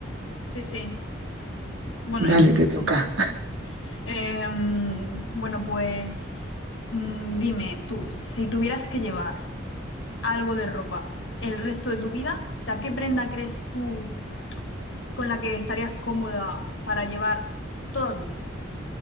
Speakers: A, on the left; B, on the right.
A: sí, sí. Bueno,
B: Dale,
A: en-
B: te toca.
A: <laughs> em, bueno, pues mm, dime tú, si tuvieras que llevar algo de ropa el resto de tu vida, o sea, ¿qué prenda crees tú con la que estarías cómoda para llevar toda tu vida?